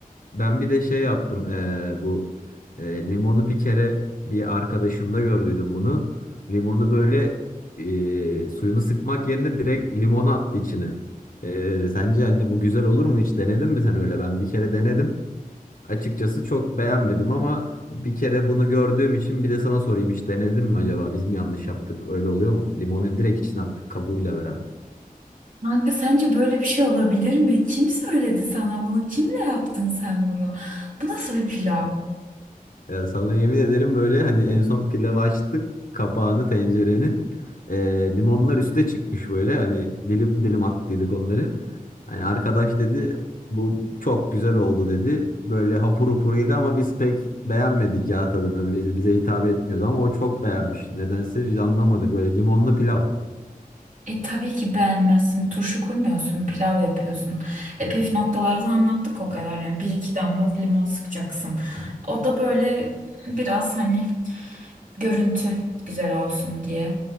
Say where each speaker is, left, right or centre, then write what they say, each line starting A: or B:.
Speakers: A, on the left (about 70°); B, on the right (about 60°).
A: Ben bir de şey yaptım eee, bu eee, limonu bir kere bir arkadaşımda gördüydüm bunu. Limonu böyle eee, suyunu sıkmak yerine direkt limonu attı içine. Eee, sence hani bu güzel olur mu hiç denedin mi sen öyle? Ben bir kere denedim. Açıkçası çok beğenmedim ama bir kere bunu gördüğüm için bir de sana sorayım hiç denedin mi acaba? Biz mi yanlış yaptık? Öyle oluyor mu? Limonu direkt içine attık kabuğuyla beraber.
B: Kanka sence böyle bir şey olabilir mi? Kim söyledi sana bunu? Kimle yaptın sen bunu? Bu nasıl bir pilav?
A: Ya sana yemin ederim böyle hani en son pilavı açtık kapağını tencerenin Ee, limonlar üste çıkmış böyle hani dilim dilim attıydık onları. Hani arkadaş dedi bu çok güzel oldu dedi. Böyle hapur hapur yedi ama biz pek beğenmedik ya tadını. Biz- bize hitap etmiyordu ama o çok beğenmiş. Nedense biz anlamadık böyle limonlu pilav.
B: E tabii ki beğenmezsin. Turşu kurmuyorsun, pilav yapıyorsun. E püf noktaları da anlattık o kadar yani. Bir iki damla limon sıkacaksın. O da böyle biraz hani Görüntü güzel olsun diye.